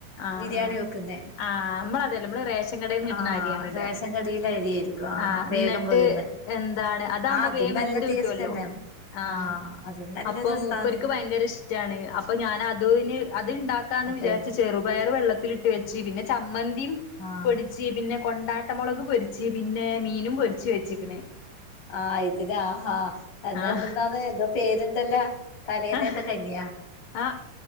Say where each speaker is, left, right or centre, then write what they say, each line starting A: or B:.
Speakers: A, on the left; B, on the left.
A: ആഹ്
B: ബിരിയാണി
A: ആഹ്
B: വെക്കുന്നേ
A: ആഹ് നമ്മള് അതെ അല്ലാ നമ്മള് റേ കടേന്ന് കിട്ടാണാ
B: ആഹ്
A: അരിയാണ് ഇട്യയാ
B: റേഷൻ കടയിലെ അരിയായിരിക്കും
A: ആഹ്
B: വേഗം
A: എന്നിട്ട്
B: വേകുന്നെ
A: എന്താണ് അതാവ്മ്പോ
B: ആഹ് അതും
A: വേവ്
B: നല്ല
A: എ ട്ട്
B: ടേസ്റ്റ്
A: കിട്ടു അല്ലോ
B: തന്നെയാണ്
A: ആഹ്
B: അതും നല്ല
A: അപ്പൊ
B: രസാണ്
A: മൂപ്പരക്ക് ബയങ്കര ഇഷ്ടാണ് അപ്പൊ ഞാൻ അതുവ്ന് അത് ഇണ്ടാക്കാ എന്ന്
B: അതെ
A: വിചാരിച്ച് ചെ ചെറ്പയർ വെള്ളത്തിലിട്ട് വെച്ച് പിന്നെ ചമ്മന്തിയും
B: ആഹ്
A: പൊടിച്ച് പിന്നെ കൊണ്ടാട്ടും മൊളക് പൊരി ച്ച് പിന്നെ മീനും പൊരിച്ചു വെച്ചിക്കണ്
B: ആഹ് ഇതിനാ ആഹ് അത്
A: ആഹ്
B: എന്തെന്നാണ് എന്തോ പേര് ഇണ്ടല്ലേ തലേന്ന്ത്തൊ
A: ആഹ്
B: കഞ്ഞിയാ
A: ആഹ്